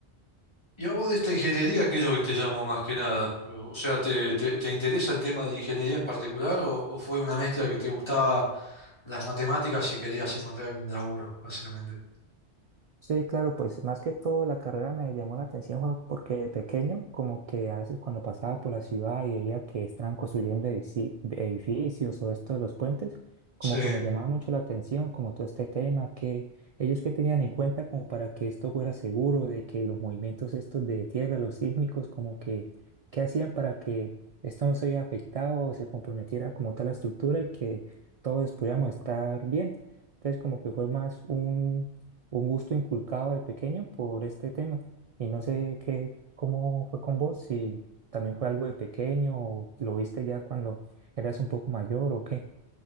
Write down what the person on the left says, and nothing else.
Y a vos de esta ingeniería, ¿qué es lo que te llamó más que nada? O sea, ¿te, te, te interesa el tema de la ingeniería en particular o, o fue una mezcla que te gustaba las matemáticas y querías encontrar un laburo, básicamente?
Sí.